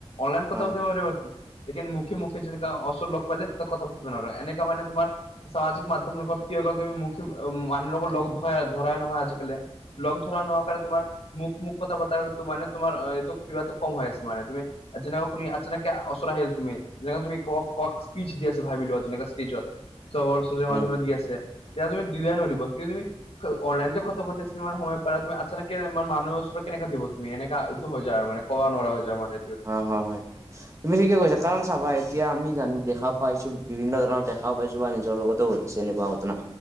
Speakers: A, on the left; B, on the right.
A: অনলাইন কথা
B: হয়
A: পাতিব পাৰিব। লেকিন মুখে মুখে যেনেকা ওচৰত লগ পালে তেতিয়া কথা পাতিব নোৱাৰে এনেকা মানে তোমাৰ সামাজিক মাধ্যমৰ লগত কি হৈ গ'ল তুমি মুখ মানুহ লগক লগ ধৰা ধৰাই নহয় আজিকালি। লগ ধৰা নোহোৱা কাৰণে তোমাৰ মুখ মুখ কথা পতাটো মানে তোমাৰ এইটো কিবাটো কম হৈ আছে মানে তুমি যেনেকা আপুনি আচানাকে অ ওচৰ আহিল তুমি যেনেকা তুমি ক কক স্পিচ দি আছে ভাবিলোৱা যেনেকা ষ্টেজত চব মাজে
B: উম
A: মাজে দি আছে তেতিয়া তুমি দিয়ে ন দিবল কিয় তুমি অনলাইনতে কথা পাতিছোঁ তোমাৰ সময় পাৰা তুমি আচ্ছ নেকে মানুহ ওচৰত কেনেকা দিব তুমি এনেকা এইটো হৈ যায় আৰু মানে। ক'ব' নোৱাৰা হৈ যাওঁ মানে এইটো।
B: অ হয় হয়। তুমি ঠিকে কৈছা কাৰণ চাবা এতিয়া আমি জানি দেখা পাইছোঁ বিভিন্ন ধৰণৰ দেখাও পাইছোঁ বা নিজৰ লগতো বিচাৰি ঘটনা